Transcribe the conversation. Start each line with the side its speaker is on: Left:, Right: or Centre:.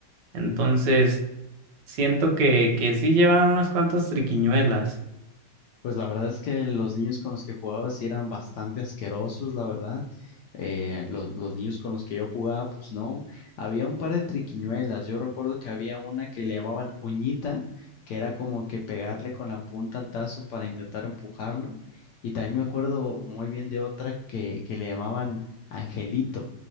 Right: Entonces. Siento que, que sí llevan unas cuantas triquiñuelas.
Left: Pues la verdad es que los niños con los que jugaba sí eran bastante asquerosos, la verdad. Eh, los, los niños con los que yo jugaba, pues no. Había un par de triquiñuelas. Yo recuerdo que había una que le llamaban uñita, que era como que pegarle con la punta al tazo para intentar empujarlo. Y también me acuerdo muy bien de otra que, que le llamaban angelito.